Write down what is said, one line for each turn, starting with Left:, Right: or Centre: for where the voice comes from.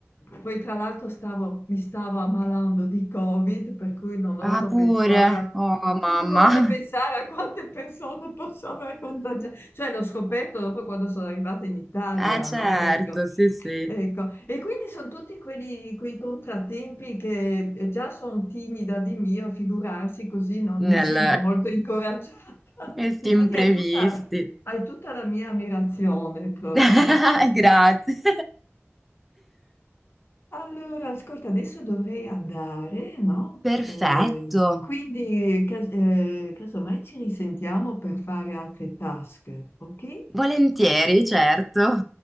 Left: poi tra l'altro stavo- mi stavo ammalando di Covid, per cui non oso
Centre: Ah, pure,
Left: pensare a,
Centre: oh mamma,
Left: non oso pensare a quante persone posso aver contagiato. Cioè l'ho scoperto dopo quando sono arrivata in Italia,
Centre: eh certo,
Left: no? Ecco,
Centre: sì, sì,
Left: ecco. E quindi sono tutti quelli- quei contrattempi che eh, già sono timida di mio, figurarsi così non
Centre: nel...
Left: mi sento molto incoraggiata.
Centre: <laughs>
Left: <laughs>
Centre: questi
Left: Difatti
Centre: imprevisti.
Left: hai tutta, hai tutta la mia ammirazione proprio.
Centre: <laughs> Grazie.
Left: Allora, ascolta, adesso dovrei andare, no?
Centre: Perfetto,
Left: Eh, quindi, cas- eh, casomai ci risentiamo per fare altre task, ok?
Centre: volentieri, certo.